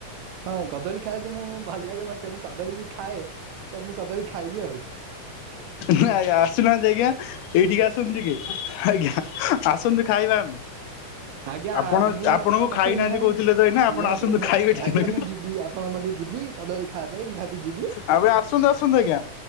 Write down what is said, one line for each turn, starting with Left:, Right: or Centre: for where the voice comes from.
Right: ହଁ କଦଳୀ ଖାଇବାକୁ ମୁଁ ଭଲ ଲାଗେ ମତେ ମୁ କଦ୍ ଦଳୀ ବି ଖାଏ। ତ ମୁଁ କଦଳୀ ଖାଇବି ଆଉ।
Left: ନ ଆ ଆସୁନାହାନ୍ତି ଆଜ୍ଞା ଏଇଠିକି ଆସନ୍ତୁ ଟିକେ। ଆଜ୍ଞା। ଆସନ୍ତୁ ଖାଇବା ଆମେ
Right: ଆଜ୍ଞା
Left: ଆପଣ
Right: ମୁଁ
Left: ଆପଣଙ୍କୁ
Right: ଆପଣଙ୍କ ପାଖକୁ
Left: ଖାଇନାହାନ୍ତି
Right: ନିହାତି
Left: କହୁଥିଲେ ତ ଏଇନା ଆପଣ
Right: ନିହାତି
Left: ଆସନ୍ତୁ
Right: ମୁଁ
Left: ଖାଇବେ ଟିକେ
Right: ଆଜ୍ଞା
Left: ନାକୁ
Right: ମୁଁ ଯିବି ଆପଣଙ୍କ ଯିବି କଦଳୀ ଖାଇବା ପାଇଁ ନିହାତି ଯିବି
Left: ଆଉ ଏବେ ଆସନ୍ତୁ ଆସନ୍ତୁ ଆଜ୍ଞା।